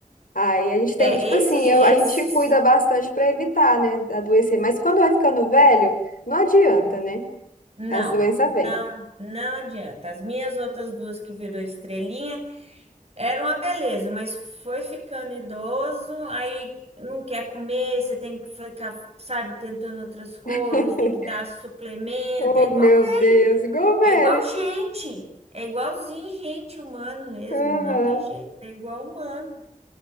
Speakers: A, on the left; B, on the right.
A: Aí a gente tem,
B: É,
A: tipo assim,
B: esses, esses.
A: eu, a gente cuida bastante para evitar, né? Adoecer. Mas quando vai ficando velho, não adianta, né?
B: Não,
A: As doenças vêm.
B: não, não adianta. As minhas outras duas que virou estrelinha eram uma beleza, mas foi ficando idoso, aí não quer comer, você tem que ficar, sabe, tentando outras coisas,
A: <laughs>
B: tem que dar suplemento.
A: Oh,
B: É igual
A: meu
B: velho,
A: Deus, igual velho.
B: é igual gente, é igualzinho gente humano mesmo,
A: Aham.
B: não tem jeito, é igual humano.